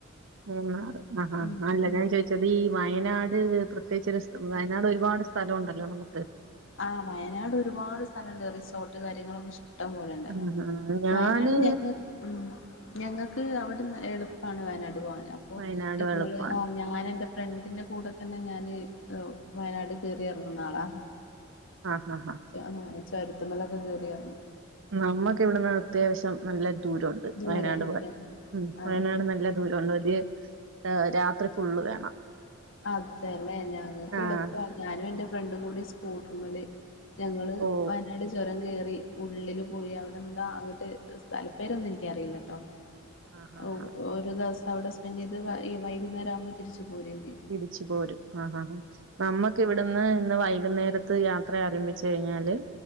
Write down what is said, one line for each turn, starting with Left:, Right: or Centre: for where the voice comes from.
Right: <unintelligible>
Left: ഉം
Right: അല്ല
Left: ഉം
Right: ഞാൻ ചോ ച്ചത് ഈ വയനാട് പ്രത്യേകിച്ച് ഒരു വയനാട് ഒരുപാട് സ്ഥലംണ്ടല്ലോ നമുക്ക്
Left: ആഹ് വയനാട് ഒരുപാട് സ്ഥലണ്ട് റിസോർട്ട് കാര്യങ്ങളൊക്കെ ഇഷ് ട്ടം പോലെണ്ടല്ലോ
Right: ആഹാ ഞാന്
Left: വയനാട് ഞങ്ങ ഉം ഞങ്ങക്ക് അവിടുന്ന് എളുപ്പാണ് വയനാട് പോവാന് അപ്പൊ
Right: വയനാട്
Left: ഞങ്ങള്
Right: വെളുപ്പാണ്
Left: ആ ഞാ ഞാൻ എന്റെ ഫ്രണ്ടിന്റെ കൂടെ തന്നെ ഞാന് വയനാട് കേറി ഇറങ്ങുന്ന ആളാ
Right: ആഹ്
Left: <unintelligible> ചൊരത്തുമലൊക്കെ കേറി എറങ്ങും
Right: നമ്മക്ക് ഇവിട്ന്ന് അത്യാവശ്യം നല്ല ദൂരം ണ്ട്
Left: ദൂരെണ്ട്
Right: വയനാട് പോവാൻ ഉം
Left: ആഹ്
Right: വയനാട് നല്ല ദൂരംണ്ട് വലിയ രാ രാത്രി ഫുള്ള് വേണം
Left: അതന്നേ ഞങ്ങക്ക്
Right: ആഹ്
Left: എളുപ്പ ഞാനും എൻ്റെ ഫ്രണ്ടും കൂടി സ്കൂട്ടർമല് ഞങ്ങള്
Right: ഓ
Left: വയനാട് ചൊരം കേറി ഉള്ളില് പോയി അവിടെ എന്താ അങ്ങട്ട് സ്ഥലപ്പേരൊന്നും എനിക്കറിയില്ലട്ടോ
Right: ആഹാ
Left: അൗ
Right: ഹാ
Left: ഒരു ദിവസം അവ്ടെ സ്പെൻ്റ് ചെയ്ത് ഈ വൈകുന്നേര ആവുമ്പോ തിരിച്ച് പോര ചെയ്യ
Right: തിരിച്ചു പോരും ആഹ് ആഹ് നമ്മക്ക് ഇവിടന്ന് ഇന്ന് വൈകുന്നേരത്ത് യാത്ര ആരംഭിച്ചു കഴിഞ്ഞാല്